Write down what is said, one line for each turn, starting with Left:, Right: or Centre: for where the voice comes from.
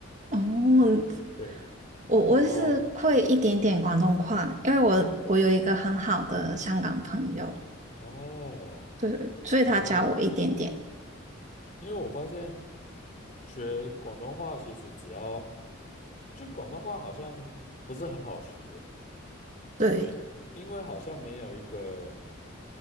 Right: 哦，
Left: 对，
Right: 我我是会一点点广东话，
Left: 然后
Right: 因为我我有一个很好的香港朋友，
Left: 哦，
Right: 对，所以他教我一点点。
Left: 原来，因为我发现学广东话其实只要，就广东话好像不是很好学，
Right: 对，
Left: 因为好像没有一个，